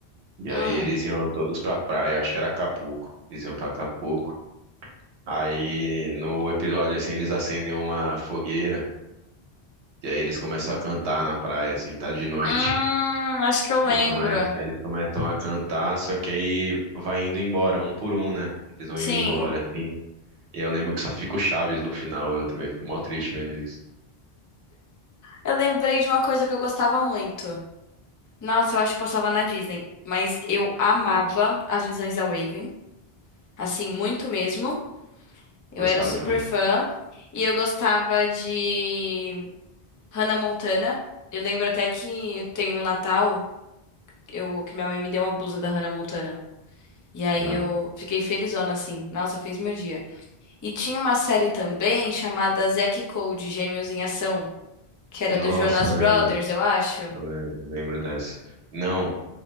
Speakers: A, on the right; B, on the left.
A: E
B: Hum,
A: aí eles iam todos pra praia, acho que era Acapulco. Eles iam pra Acapulco. Aí no episódio assim eles acendem uma fogueira. E aí eles começam a cantar na praia, assim, tá de noite.
B: hum, acho que eu lembro.
A: Aí eles come- aí eles começam a cantar, só que aí vai indo embora, um por um, né? Eles vão
B: Sim.
A: indo embora, assim. E eu lembro que só fica o Chaves no final. Eu também fico mó triste vendo isso.
B: Eu lembrei de uma coisa que eu gostava muito. Nossa, eu acho que passava na Disney, mas eu amava as visões da Raven, assim, muito mesmo.
A: Gostava
B: Eu era super
A: também.
B: fã e eu gostava de Hannah Montana. Eu lembro até que tem um Natal, eu que minha mãe me deu uma blusa da Hannah Montana. E aí
A: Ah,
B: eu fiquei felizona assim. Nossa, fez meu dia. E tinha uma série também chamada Zack e Cody, Gêmeos em Ação, que era
A: Nossa,
B: do Jonas
A: eu lembro.
B: Brothers, eu acho.
A: Eu lembro, lembro dessa. Não.